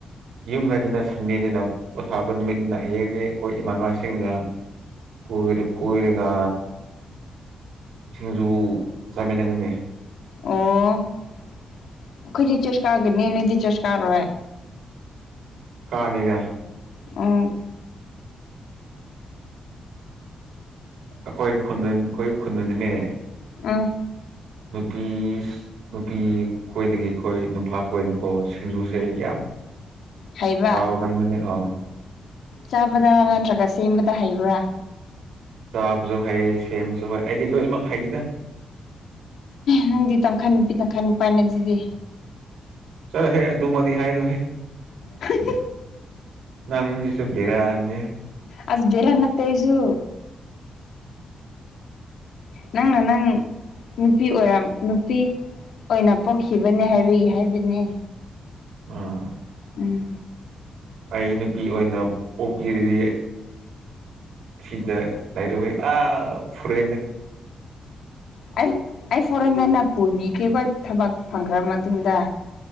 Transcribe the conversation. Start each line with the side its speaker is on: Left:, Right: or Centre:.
Right: ꯌꯨꯝꯗꯅꯤꯅ ꯁꯟꯗ‌ꯦꯅꯤꯅ ꯄ‌ꯣꯊꯥꯕ ꯅꯨꯃꯤꯠꯅꯤꯅ ꯍꯌꯦꯡꯦꯗꯤ ꯑꯩꯈꯣꯏ ꯏꯃꯥꯟꯅꯕꯁꯤꯡꯒ ꯀ‌ꯣꯏꯔ ꯀ‌ꯣꯏꯔꯒ ꯁꯤꯡꯖꯨ ꯆꯥꯃꯤꯟꯅꯒꯅꯤ
Left: ꯑꯣ ꯑꯣꯈꯣꯏꯗꯤ ꯆꯥ꯭ꫪꯁꯀꯥꯒꯤꯅꯤ ꯅ‌ꯣꯏꯗꯤ ꯆꯥ꯭ꫪꯁ ꯀꯥꯔꯔꯣꯏ
Right: ꯀꯥꯅꯤꯗ
Left: ꯑꯣ
Right: ꯑꯩꯈꯣꯏ ꯈꯨꯟꯗ ꯑꯩꯈꯣꯏ ꯈꯨꯟꯗꯅꯤꯅꯦ
Left: ꯑꯥ
Right: ꯅꯨꯄꯤ ꯅꯨꯄꯤ ꯈꯣꯏꯗꯒꯤ ꯑꯩꯈꯣꯏ ꯅꯨꯄꯥ ꯈꯣꯏꯅ ꯀꯣ ꯁꯤꯡꯖꯨꯁꯦ ꯌꯥꯝ
Left: ꯍꯩꯕ
Right: ꯆꯥꯕ ꯀꯟꯕꯅꯤ ꯑꯥ
Left: ꯆꯥꯕꯗ ꯅꯠꯇ꯭ꯔꯒ ꯁꯦꯝꯕꯗ ꯍꯩꯕ꯭ꯔꯥ
Right: ꯆꯥꯕꯁꯨ ꯍꯩ ꯁꯦꯝꯕꯁꯨ ꯍꯩ ꯑꯩꯗꯤ ꯂꯣꯏꯅꯃꯛ ꯍꯩꯗ
Left: ꯅꯪꯗꯤ ꯇꯪꯈꯥꯏ ꯅꯨꯄꯤ ꯇꯪꯈꯥꯏ ꯅꯨꯄꯥꯥꯅ‌ꯦ ꯑꯗꯨꯗꯤ
Right: ꯆꯠꯂꯣꯍꯦ ꯑꯗꯨꯃꯗꯤ ꯍꯥꯏꯅꯨꯍ‌ꯦ
Left: ꯍꯥꯍꯥ
Right: ꯅꯪꯁꯤꯁꯨ ꯕꯤꯔꯥꯅꯤ
Left: ꯑꯁ ꯕ‌ꯦꯔꯥ ꯅꯠꯇ‌ꯦ ꯑꯩꯁꯨ ꯅꯪꯅ ꯅꯪ ꯅꯨꯄꯤ ꯑꯣꯏꯔ ꯅꯨꯄꯤ ꯑꯣꯏꯅ ꯄꯣꯛꯈꯤꯕꯅꯦ ꯍꯥꯏꯕꯒꯤ ꯍꯥꯏꯕꯅꯦ
Right: ꯑꯥ
Left: ꯎꯝ
Right: ꯑꯩ ꯅꯨꯄꯤ ꯑꯣꯏꯅ ꯄꯣꯛꯄꯤꯔꯤꯗꯤ ꯁꯤꯗ ꯂꯩꯔꯥꯔ‌ꯣꯏ ꯑꯥ ꯐ‌ꯣꯔ‌ꯦꯟꯗꯥ
Left: ꯑꯩ ꯑꯩ ꯐꯣꯔꯦꯟꯗ ꯅꯪꯅ ꯄꯨꯕꯤꯒꯦꯀꯣ ꯊꯕꯛ ꯐꯪꯈ꯭ꯔ ꯃꯇꯨꯡꯗ